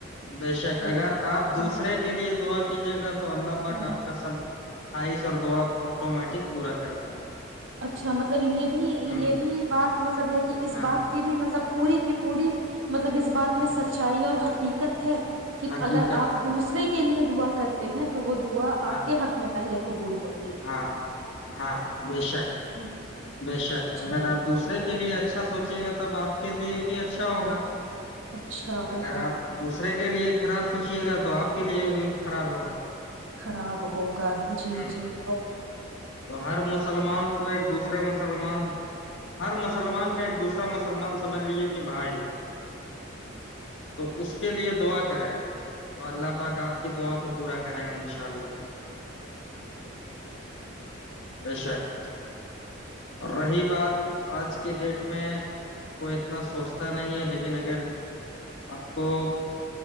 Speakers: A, on the left; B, on the right.
A: بے شک
B: تو
A: اگر آپ دوسرے
B: ہوں
A: کے لیے دعا کیجے گا تو اللہ پاک
B: ہوں
A: آپ کا سب خواہش اور دعا آٹومیٹک بورا کرتا گا
B: اچھا مطلب یہ بھی
A: ہوں
B: یہ بھی بات مطلب ہے کہ اس
A: ہاں
B: بات کی بھی مطلب پوری پوری مطلب اس بات
A: ہاں
B: میں سچائی اور دقت ہے کہ
A: حقیقت
B: اگر آپ
A: ہے
B: دوسرے کے کے لیے دعا کرتے ہیں تو وہ دعا
A: ہاں
B: آپ کے حق میں پہلے قبول ہو
A: ہاں ہاں بے شک
B: ہوں،
A: بے شک
B: جی
A: اگر آپ دوسرے
B: جی
A: کے لیے اچھا سوچیے گا تب آپ کے لیے بھی اچھا ہوگا
B: اچھا ہوگا
A: اگر آپ دوسرے کے لیے خراب سوچیے گا تو آپ کے لیے بھی خراب ہوگا
B: خراب ہو گ جی
A: ہوں
B: جی ب
A: تو ہر مسلمان کو ایک دوسرا مسلمان ہر مسلمان کا ایک دوسرا مسلمان سمجھ لیے کہ بھائی تو اس کے لیے دعا کرے تو اللہ پاکا آپ کی دعا کو پورا کریں گے ان شاء اللہ بے شک اور رہی بات آج کے ڈیٹ میں کوئی اتنا سوچتا نہیں ہے لیکن اگر آپ کو